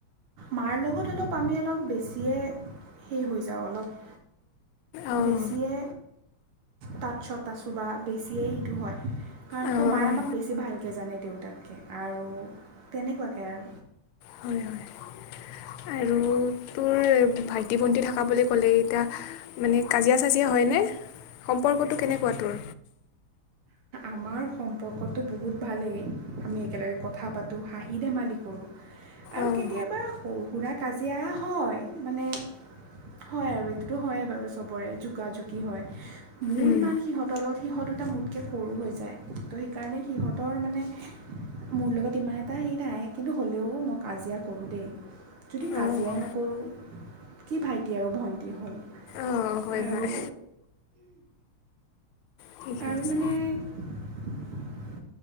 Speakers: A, on the right (about 80°); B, on the left (about 85°).
A: মাৰ লগত অলপ আমি অলপ বেছিয়ে সেই হৈ যাওঁ অলপ।
B: অঁ
A: বেছিয়ে তাত চত আছো বা বেছিয়ে সেইটো হয়, কাৰণ
B: অঁ
A: কিয় মায়ে
B: অঁ
A: আমাক বেছি ভালকে জানে দেউ তাতকে আৰু তেনেকুৱাকে আৰু।
B: হয় হয় আৰু তোৰ ভাইটি, ভণ্টি থকা বুলি ক'লে এতিয়া মানে কাজিয়া-চাজিয়া হয়নে? সম্পৰ্কটো কেনেকুৱা তোৰ?
A: আমাৰ সম্পৰ্কটো বহুত ভালেই আমি একেলগে কথা পাতো, হাঁহি ধেমালি কৰোঁ। আৰু
B: অঁ
A: কেতিয়াবা সৰু-সুৰা কাজিয়া হয়। মানে হয় আৰু এইটোতো হয় বাৰু চবৰে জোকা-জোকি হয়। মোৰ
B: উম,
A: ইমান সিহঁতৰ লগত সিহঁত দুটা মোতকে সৰু হৈ যায়, ত' সেইকাৰণে সিহঁতৰ মানে মোৰ লগত ইমান এটা হেৰি নাই, কিন্তু হ'লেও মই কাজিয়া কৰোঁ দেই। যদি কাজিয়াই
B: অঁ
A: নকৰো, কি ভাইটি আৰু ভণ্টি হ'ল।
B: অঁ হয়
A: আৰু,
B: হয় ঠিকে
A: আৰু
B: আছে
A: মানে - <unintelligible>